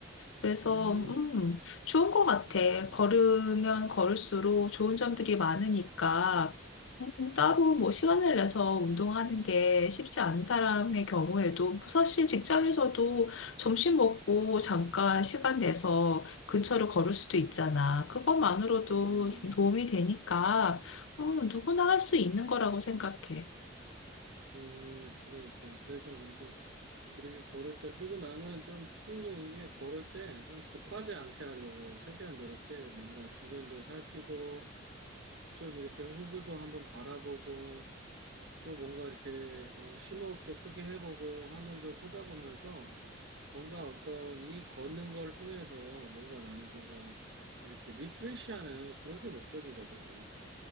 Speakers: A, on the left; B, on the right.
A: 그래서
B: 음,
A: 음, 좋은 것 같아. 걸으면 걸을수록 좋은 점들이 많으니까 음, 따로 뭐 시간을 내서 운동하는 게 쉽지 않은 사람의 경우에도 사실 직장에서도 점심 먹고 잠깐 시간 내서 근처를 걸을 수도 있잖아. 그것만으로도
B: 음,
A: 좀 도움이 되니까. 어, 누구나 할 수 있는 거라고 생각해.
B: 음, 그러니까. 그래서 나도 이렇게 걸을 때, 그리고 나는 좀 특징적인 게 걸을 때 좀 급하지 않게 하려고 최대한 노력해. 뭔가 주변도 살피고, 좀 이렇게 호수도 한번 바라보고, 또 뭔가 이렇게 어, 심호흡도 크게 해보고, 하늘도 쳐다보면서 뭔가 어떤 이 걷는 걸 통해서 뭔가 나는 좀가 이렇게 리프레시하는 그런 게 목적이거든.